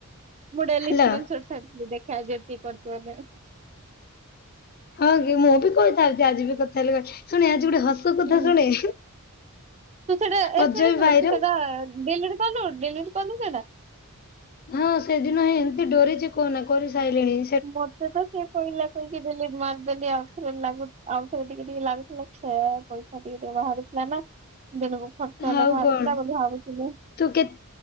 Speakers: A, on the right (about 30°); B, on the left (about 40°).
A: ମୁଁ ଡେଲି
B: ହାଲୋ।
A: ସ୍କ୍ରିନ୍ସଟ ଛାଡୁଥିଲି। ଦେଖେ ଆଜି ଏତିକି କରିଛି ବୋଲି।
B: ହଁ କି ମୁଁ ବି କହିଥାଉଛି, ଆଜି ବି କଥା ହେଲେ ଶୁଣେ ଆଜି ଗୋଟେ ହସ
A: ହୁଁ।
B: କଥା ଶୁଣେ।
A: ତୁ ସେଇଟା ଏ
B: ଅଜୟ
A: ଶୁଣେ ଶୁଣେ
B: ଭାଇର
A: ତୁ ସେଇଟା ଡିଲିଟ୍ କଲୁ ଡିଲିଟ୍ କଲୁ ସେଇଟା।
B: ହଁ ସେଦିନ ହିଁ ଏମିତି ଡରିଛି କହନା କରି ସାଇଲିଣି।
A: ମତେ ତ ସିଏ କହିଲା। ପକି ଦେଲି ମାରିଦେଲି ଆଉଥରେ ଲ ଆଉଥରେ ଟିକେ ଟିକେ ଲାଗୁଥିଲା ସେ ସେ ଟିକେ ଟିକେ ବାହାରୁଥିଲା ନା ଦିନକୁ ଖର୍ଚ୍ଚ ହେଲେ
B: ଆଉ
A: ବାହାରାରୁଥିଲା
B: କଣ
A: ବୋଲି ଭାବୁଥିଲି।
B: ତୁ କେତ